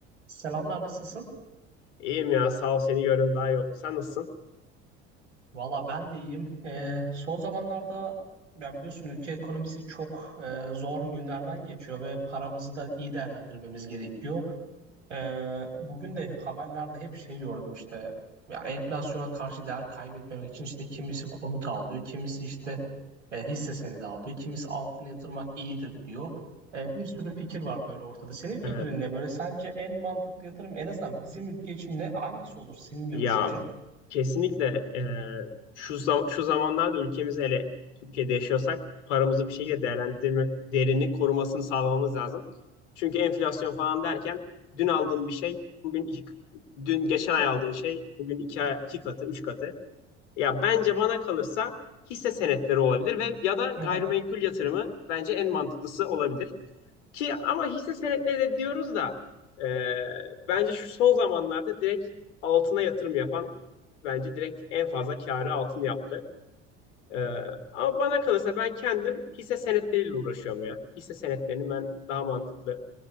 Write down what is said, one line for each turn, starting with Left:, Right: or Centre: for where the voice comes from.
Right: Selamlar, nasılsın?
Left: İyiyim ya sağ ol seni görüm daha iyi oldu. Sen nasılsın?
Right: Valla ben de iyiyim. Ee, son zamanlarda ya biliyorsun ülke ekonomisi çok e, zor günlerden geçiyor ve paramızı da iyi değerlendirmemiz gerekiyor. Ee, bugün de haberlerde hep şey gördüm işte ya enflasyona karşı değer kaybetmemek için işte kimisi konut al diyor, kimisi işte e, hisse senedi al diyor, kimisi altına yatırmak iyidir diyor. E, bir sürü fikir var böyle ortada. Senin fikrin
Left: Evet.
Right: ne? Böyle sence en mantıklı yatırım en azından bizim ülke için ne? Hangisi olur senin görüşünce?
Left: Ya kesinlikle e, şu zam- şu zamanlarda ülkemizde hele Türkiye'de yaşıyorsak paramızı bir şekilde değerlendirme değerini korumasını sağlamamız lazım. Çünkü enflasyon falan derken dün aldığın bir şey bugün iki dün geçen ay aldığın şey bugün iki, ay- iki katı, üç katı. Ya bence bana kalırsa hisse senetleri olabilir ve ya da
Right: Hı
Left: gayrimenkul
Right: hı.
Left: yatırımı bence en mantıklısı olabilir. Ki ama hisse senetleri de diyoruz da e, bence şu son zamanlarda direkt altına yatırım yapan bence direkt en fazla kârı altın yaptı. E, ama bana kalırsa ben kendim hisse senetleriyle uğraşıyorum ya. Hisse senetlerinin ben daha mantıklı